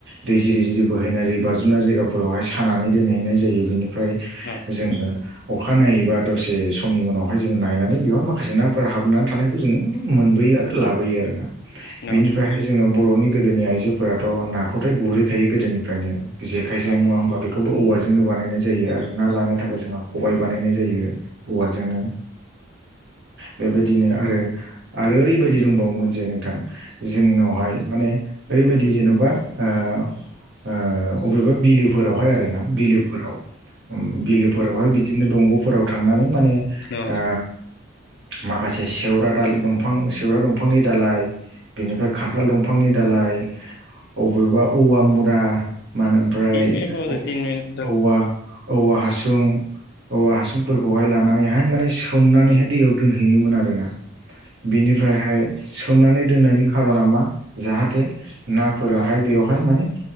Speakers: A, on the right; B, on the left.
A: दै जिरि जिरि बोहैनानै बाजुमनाय जायगाफोरावहाय सानानै दोनहैनाय जायो बेनो ओमफ्राय
B: अ
A: जोङो अखाानायनायैबा दसे समनि उनाव बेवहाय जोङ नायनानै बेवहाय माखासे नाफोर हाबनानै थानायखौ जों मोनबोयो आरो लाबोयो आरो ना
B: अ
A: बेनिफ्रायहाय जोंनाव बर'नि गोदोनि आइजोफोराथ' नाखौथाय गुरहैखायो गोदोनिफ्रायनो जेखाइजों
B: अ
A: नङा होमबा बेखौबो औवाजोंनो बानायनाय जायो आरो ना लानो थाखाय जोंहा खबाइ बानायनाय जायो औवाजोंनो बेबायदिनो आरो आरो ओरैबायदि दंबावोमोन जे नोंथां जोंनावहाय माने ओरैबायदि जेन'बा आ आ अबेबा बिलोफोरावहाय आरोना बिलोफोराव बिलोफोरावहाय बिदिनो दंग'फोराव थांनानै माने
B: अ
A: आ माखासे सेवरा दा दंफां सेवरा दंफांनि दालाय बेनिफ्राय खान्थाल दंफांनि दालाय अबेबा औवा मुरा मानोमफ्राय
B: तिन मिनिट
A: <unintelligible>
B: तिन मिनिट
A: औवा औवा हा सुं औवा हासुंफोरखौहाय लानानैहाय माने सोमनानैहाय
B: रायलायबानो
A: दैयाव दोनहैयोमोन आरो ना बेनिफ्रायहाय सोमनानै दोननायनि खार'ना मा जाहाथे नाफोराहाय बेवहाय माने